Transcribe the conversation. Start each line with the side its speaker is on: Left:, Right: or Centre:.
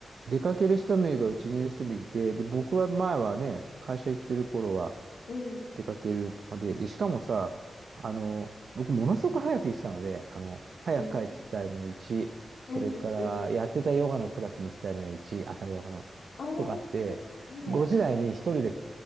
Right: 出かける人もいれば、うちにいる人もいて、で、僕は前はね、会社行ってる頃は、
Left: うん。
Right: 出かけるまで、で、しかもさ、あの、僕ものすごく早く行ってたので、あの、早く帰ってきたいのが1、
Left: うん。
Right: それからやってたヨガのクラスに行きたいのが1、
Left: うん。うん。う
Right: 朝ヨガの、
Left: あー
Right: とかあって、
Left: はい。
Right: ご時台に一人で